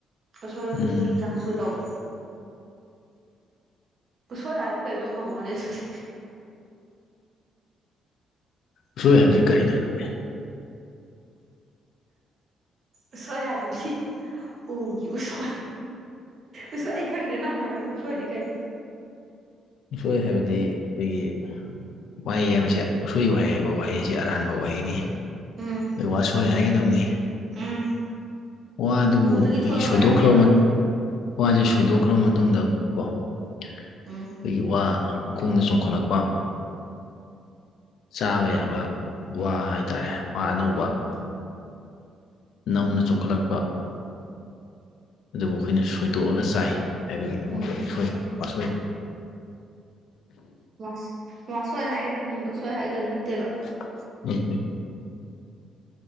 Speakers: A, on the right; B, on the left.
A: ꯎꯁꯣꯏ
B: ꯎꯝ
A: ꯎꯁꯣꯏꯒꯤ ꯆꯁꯨ ꯇꯧꯕ ꯎꯠꯁꯣꯏ ꯍꯥꯏꯕꯁꯤꯗꯤ ꯀꯩꯅꯣꯝ ꯍꯪꯉꯣꯅꯦ ꯑꯗꯨꯗꯤ
B: ꯎꯁꯣꯏ ꯍꯥꯏꯕꯁꯤ ꯀꯔꯤꯅꯣ ꯑꯗꯨꯗꯤ <inaudible>
A: ꯎꯁꯣꯏ ꯍꯥꯏꯕꯗꯤ ꯎꯒꯤ ꯎꯁꯣꯏ ꯎꯁ ꯑꯩ ꯈꯪꯗ꯭ꯔꯦ ꯅꯪꯨ ꯍꯥꯏꯔꯛꯅ ꯎ ꯁꯁꯣꯏꯔꯗꯤ ꯀꯩ
B: ꯃꯤꯁꯣꯏ ꯍꯥꯏꯕꯗꯤ ꯑꯩꯈꯣꯏꯒꯤ ꯋꯥꯍꯩ ꯍꯥꯏꯕꯕꯁꯤ ꯎꯁꯣꯏ ꯋꯥꯍꯩ ꯍꯥꯏꯕ ꯋꯥꯍꯩꯁꯤ ꯑꯔꯥꯟꯕ ꯋꯥꯍꯩꯅꯤ
A: ꯎꯝ
B: ꯀ ꯋꯥꯁꯣꯏ ꯍꯥꯏꯒꯗꯧꯅꯤ
A: ꯎꯝ
B: ꯋꯥꯗꯨꯕꯨ
A: ꯎꯗꯒꯤ
B: ꯑꯩꯈꯣꯏꯒꯤ
A: ꯊꯣꯛꯂꯛꯄ
B: ꯁꯣꯏꯗꯣꯛꯈ꯭ꯔꯕ
A: ꯅꯠꯇꯦꯕ
B: ꯋꯥꯁꯦ ꯁꯣꯏꯗꯣꯛꯈ꯭ꯔꯕ ꯃꯇꯨꯡꯗ ꯀꯣ ꯑꯩꯈꯣꯏꯒꯤ
A: ꯎꯝ
B: ꯋꯥ ꯃꯈꯣꯡꯗ ꯆꯣꯡꯈꯠꯂꯛꯄ ꯆꯥꯕ ꯌꯥꯕ ꯋꯥ ꯍꯥꯏꯇꯥꯔꯦ ꯋꯥ ꯑꯅꯧꯕ
A: ꯎꯝ
B: ꯅꯧꯅ ꯆꯣꯡꯈꯠꯂꯛꯄ ꯑꯗꯨꯕꯨ ꯑꯩꯈꯣꯏꯅ ꯁꯣꯏꯗꯣꯛꯑꯒ ꯆꯥꯏ ꯍꯥꯏꯕꯒꯤꯗꯃꯛꯇ
A: ꯎꯝ
B: ꯏꯁꯣꯏ
A: ꯎꯝ
B: ꯑꯁꯣꯏ
A: ꯃꯥ ꯃꯥ ꯁꯣꯏ ꯍꯥꯏꯒꯗꯕꯅꯦꯕ ꯁꯣꯏ ꯍꯥꯏꯒꯗꯕ ꯅꯠꯇꯦꯕ
B: <unintelligible>